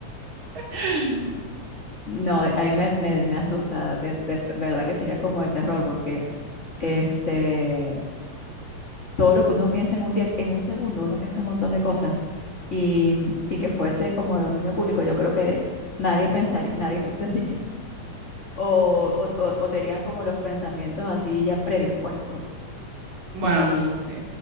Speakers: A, on the right; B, on the left.
A: <laughs>
B: no, a mí me, me, me asusta, de, de verdad que sería como de terror porque este, todo lo que uno piensa en un día, en un segundo, uno piensa un montón de cosas y, y que fuese como de dominio público, yo creo que nadie pensaría, nadie <laughs> pensaría o, o, o- o tenían como los pensamientos así ya predispuestos.
A: Bueno,
B: Y
A: sí.